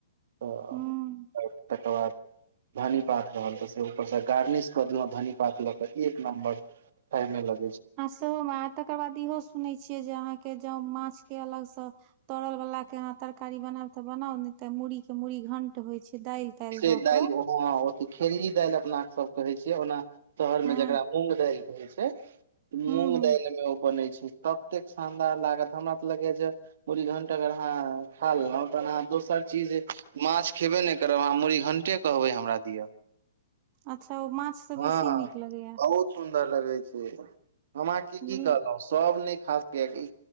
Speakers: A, on the right (about 65°); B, on the right (about 40°).
A: तऽ
B: हूँ
A: तकर बाद। धनी पात रहल त से ऊपर से गार्निश कर देलो धनी पात ले के एक नं्बर ाय मे लग।
B: आ सेहोमे तकर बाद इहो सुनैत छियै जे अहाँके ज माछ के अलगसँ। तोरल बालला के अहाँ तरकारी बनायब तऽ बनाउ ने तऽ मूुरी के मूड़ी घंट होइ छै दालि। तालि
A: दालि
B: दऽ कऽ
A: ह खेरही दालि अपना सब कहे छ ओना शहर
B: हँ
A: मे जेकरा। मूंग दालि कहै छै मूंग
B: हूँ हूँ
A: दालि में ओ बनै छै। ततेक शानदार लागत हमरा तऽ लगया जे। मूड़ घंट अगर अहाँ खा लेलहु तहन अहाँ दोसर चीज माछ खेबे ने। करब अहाँ मुूड़ी घंटे कहबे हमरा दिअ।
B: अच्छा ओ माछ त
A: हँ
B: बेसी नीक लगैएा।
A: बहुत सुन्दर लगे छै हमरा के
B: मुरही
A: की कहल। सब नहि खा सकैय